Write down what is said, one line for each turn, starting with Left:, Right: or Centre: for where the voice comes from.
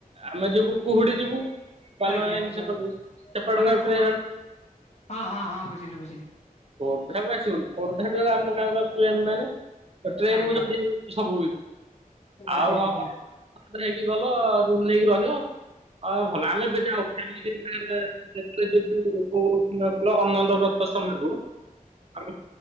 Right: ଆମେ ଯିବୁ କୁହୁଡି ଯିବୁ, ବାଲୁଆ
Left: ଆଜ୍ଞା
Right: ଲାଇନ
Left: ଆଜ୍ଞା
Right: ସେପଟକୁ ସେପଟକୁ
Left: ମାନେ
Right: ଆଉ
Left: ଖୋ
Right: ଟ୍ରେନ
Left: ହଁ ହଁ ହଁ ବୁଝିଲି ବୁଝିଲି।
Right: ଖୋର୍ଦ୍ଧାକୁ ଆସିବନି ଖୋର୍ଦ୍ଧା ତ ଆମ ଗାଁକୁ ଆସିବୁ ଏ ନାଇଁ ଟ୍ରେନ
Left: ଆଜ୍ଞା
Right: କୁ ଯଦି ସବୁ କିଛି
Left: ଆଜ୍ଞା
Right: ଆଉ ହଁ
Left: ଆଜ୍ଞା।
Right: ହେଇକି ଗଲ ରୁମ୍ ନେଇକି ରହିବ। ହଁ ଭଲ ଆମେ ଏବେ ଯାଉ ଫ୍ୟାମିଲ <unintelligible> <unintelligible> ଅନନ୍ତ ବ୍ରତ ସମୟକୁ ଆ